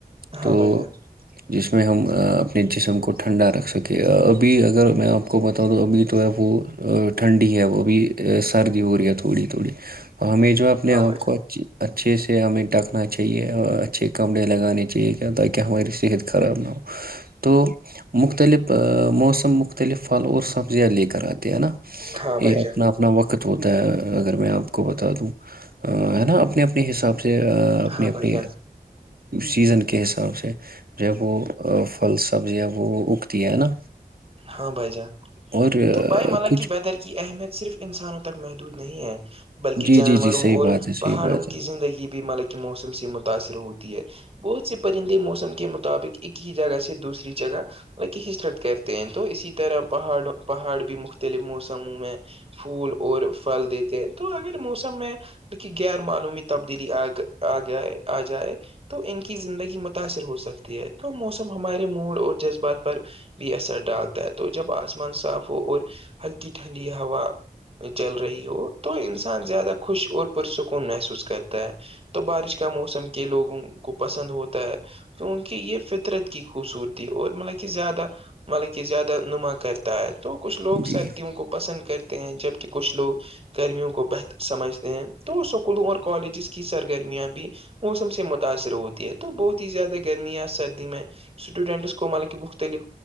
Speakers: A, on the right; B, on the right.
A: ہاں
B: تو
A: بھائی جان
B: جس میں ہم اپنے جسم کو ٹھنڈا رکھ سکیں ابھی اگر میں آپ کو بتا دو ابھی تو ہے وہ ٹھنڈی ہے وہ ابھی سردی ہو رہی ہے تھوڑی تھوڑی ہمیں جو اپنے
A: ہاں
B: آپ
A: بھائی جان
B: کو اچھی اچھے سے ہمیں ڈٹکنا چاہیے اور اچھے کمرے لگانے چاہیے کیا تاکہ ہماری صحت خراب نہ ہو تو مختلف موسم مختلف پھل اور سبزیاں لے کر آتے ہے نا
A: ہاں بھائی
B: یہ
A: جان
B: اپنا اپنا وقت ہوتا ہے اگر میں آپ کو بتا دوں ہے نا اپنے اپنے حساب سے سے اپنی
A: ہاں
B: اپنی
A: بھائی جان
B: سیزن کے حساب سے ج وہ پھل سبزی ہےب وہ اگتی ہے نا
A: ہاں بھائی جان
B: اور آ،
A: تو بھائی مطب
B: کچھ
A: کہ ویدر کی اہمیت صرف انسانوں تک محدود نہیں ہے بلکہ
B: جی
A: جانوروں
B: جی جی صحیح
A: اور
B: بات ہے
A: پہاڑوں
B: صحیح بات ہے
A: کی زندگی بھی مطلب کہ موسم سے متاثر ہوتی ہے بہت سے پرندے موسم کے مطابق ایک ہی جگہ سے دوسری جگہ بک ہجرت کر ہیں تو اسی طرح پہاڑ پہاڑ بھی مختلف موسموں میں پھول اور پھل دیتے ہیں تو اگر موسم میں لیک غیر معلومی تبدیلی آ آ جائے آ جائے تو ان کی زندگی متاثر ہو سکتی ہے تو موسم ہمارے موڈ اور جذبات پر بی ایس ای ڈالتا ہے تو جب آسمان صاف ہو اور ہلکی ٹھنڈی ہوا چل رہی ہو تو انسان زیادہ خوش اور پر سکون محسوس کرتا ہے تو بارش کا موسم کے لوگوں کو پسند ہوتا ہے کیونکہ یہ فطرت کی خوبصورتی اور مطلب کہ زیادہ مطلب کہ زیادہ نما کرتا ہے تو کچھ لوگ
B: جی
A: سردیوں کو پسند کرتے ہیں جبکہ کچھ لوگ گرمیوں کو بہتر سمجھتے ہیں تو اسکولوں اور کالجز کی سرگرمیاں بھی موسم سے متاثر ہوتی ہے تو بہت ہی زیادہ گرم ں سردی میں اسٹوڈینٹس کو مطلب کہ مختلف